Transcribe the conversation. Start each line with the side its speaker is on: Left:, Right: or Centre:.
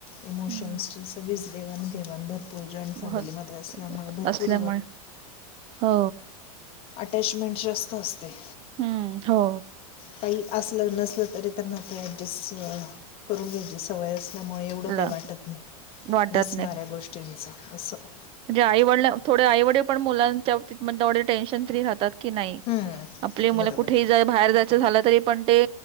Left: इमोशन्सची
Right: हम्म
Left: सगळीच देवाणघेवाण भरपूर भरपूर जॉईंट फॅमिलीमध्ये
Right: हो,
Left: असल्यामुळे भरपूर
Right: असल्यामुळे हो
Left: अटॅचमेंट जास्त असते
Right: हम्म हो
Left: काही असलं नसल तरी त्यांना ते ऍडजस्ट करून घ्याची सवय असल्यामुळे एवढं काही
Right: ला
Left: वाटत नाही
Right: वाटत
Left: नसणाऱ्या गोष्टींचं असं
Right: म्हणे आईवडल थोडे आईवडील पण मुलांच्या बाबतीत तेवे टेन्शन फ्री राहतात की नाही
Left: हम्म,
Right: आपली मुलं
Left: बरोबर
Right: कुठेही जा बाहेर जायचं झालं तरी पण ते